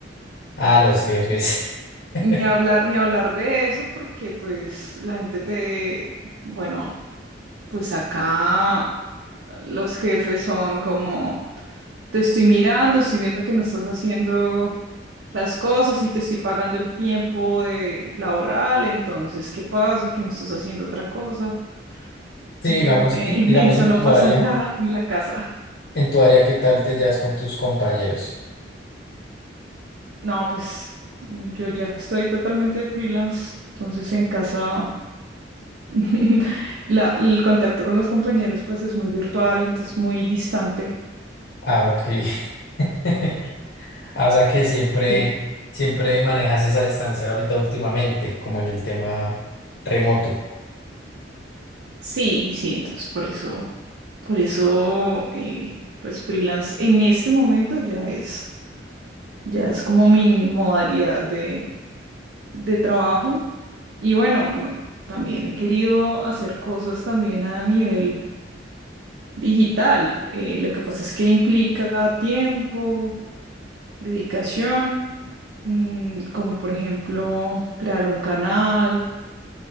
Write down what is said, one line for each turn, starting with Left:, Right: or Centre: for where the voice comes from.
Left: A los jefes. <laughs>
Right: ni hablar, ni hablar de eso, porque pues la gente te, bueno, pues acá los jefes son como, te estoy mirando, estoy viendo que no estás haciendo las cosas y te estoy pagando el tiempo de laboral, entonces, ¿qué pasa? Que no estás haciendo otra cosa.
Left: Sí,
Right: Entonces,
Left: digamos, y
Right: <laughs>
Left: digamos
Right: eso
Left: en
Right: no
Left: tu
Right: pasa
Left: área,
Right: en la, en la casa.
Left: en tu área, ¿qué tal te llevas con tus compañeros?
Right: No, pues yo ya estoy totalmente freelance, entonces en casa. <laughs> La, el contacto con los compañeros pues es muy virtual, entonces muy distante.
Left: Ah, ok. <laughs> Ah, O sea que siempre,
Right: Sí.
Left: siempre manejas esa distancia ahorita últimamente, como en el tema remoto.
Right: Sí, sí, entonces por eso, por eso eh, pues freelance en este momento ya es, ya es como mi modalidad de, de trabajo. Y bueno, no, también he querido hacer cosas también a nivel digital. eh, lo que pasa es que implica tiempo, dedicación, mm, como por ejemplo crear un canal